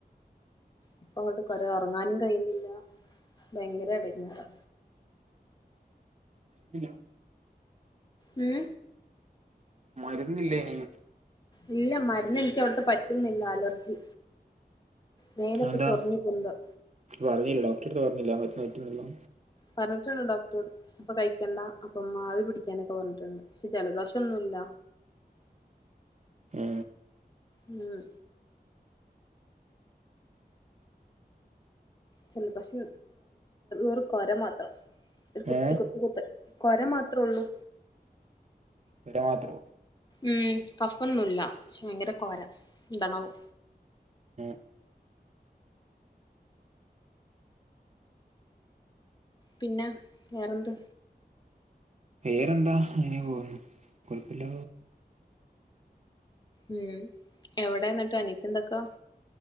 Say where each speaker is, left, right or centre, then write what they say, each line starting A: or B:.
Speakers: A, on the left; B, on the right.
A: ഇപ്പ അങ്ങോട്ട് കൊര ഉറങ്ങാനും കഴിയുന്നില്ല ഭയങ്കര ഇടങ്ങേറാ
B: ശെരി
A: ഉം
B: മരുന്നില്ലേ ഇനി
A: ഇല്ല മരുന്ന് എനിക്ക് അവിടുത്തെ പറ്റുന്നില്ല അലർജി മേലൊക്കെ
B: അതെന്താ
A: ചൊറിഞ്ഞ് പൊന്തുക
B: പറഞ്ഞില്ല ഡോക്ടറെ അടുത്ത് പറഞ്ഞില്ല മരുന്ന് കഴിക്കുന്നന്ന്
A: പറഞ്ഞിട്ടുണ്ട് ഡോക്ടറോട് അപ്പ കഴിക്കണ്ട അപ്പം ആവി പിടിക്കാനൊക്കെ പറഞ്ഞിട്ടുണ്ട് പക്ഷെ ജലദോഷം ഒന്നുമില്ല
B: ആ
A: ഉം ചെലപശു ഒരു കൊര മാത്രം ഒരു കുത്തി
B: ഏ
A: കുത്ത് കുത്ത് കൊര മാത്രം ഉള്ളൂ
B: കോര മാത്രം
A: ഉം കഫൊന്നുമില്ല പക്ഷെ ഭയങ്കര കോര ഇന്താണാവോ
B: ഉം
A: പിന്നെ വേറെന്ത്
B: വേറെന്താ ഇങ്ങനെ പോന്നു കൊഴപ്പില്ല
A: ഉം എവിടെ എന്നിട്ട് അനിത്തി എന്തൊക്കാ